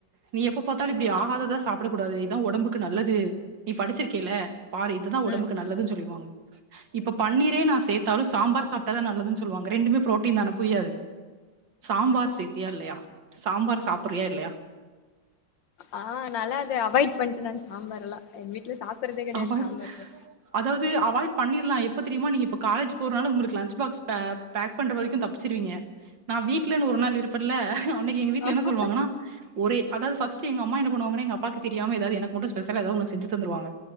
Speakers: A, on the right; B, on the left.
A: நீ எப்ப பாத்தாலு இப் ப்டி ஆகாததா சாப்டக்கூடாது இதா ஒடம்புக்கு நல்லது நீ படிச்சிருக்கேல பாரு இதுதா ஒடம்புக்கு
B: ம்
A: நல்லதுனு சொல்லிருவாங்க இப்ப பன்னீரே நா சேத் தாலு சாம்பார் சாப்ட்டாதா நல்லதுன்னு சொல்லுவாங்க ரெண்டுமே ப்ரோட்டீன் தான புரியாது சாம்பார் சே த்தியா இல்லையா சாம்பார் சாப்புறியா இல்லயா
B: ஆ நாலா அது அவாய்ட் பண்ணிட்டேன சாம்பாரல்லா எங் வீட்ல சாப்பறதே கெடையாது
A: அவாய்
B: சாம்பார்
A: அதாவ்து அவாய்ட் பண்ணிர்லா எப்போ தெரியுமா நீங்க இப்ப காலேஜ் போறனால உங்களுக்கு லஞ்ச் பாக்ஸ் பே பேக் பண்ற வரைக்கு தப்பிச்சிருவீங்க நா வீட்லன்னு ஒரு நாள் இருப்பன்ல அன்னைக்கு எங்க வீட்ல
B: ஆமா
A: என்ன சொல்லுவாங்கன்னா ஒரே அதாவ்து ஃபஸ்ட் எங்க அம்மா என்ன பண்ணுவங்கன்னா எங்கப்பாக்கு தெரியாம எதாது எனக்கு மட்டு ஸ்பெஷலா எதா ஒன்னு செஞ்சு தந்துருவாங்க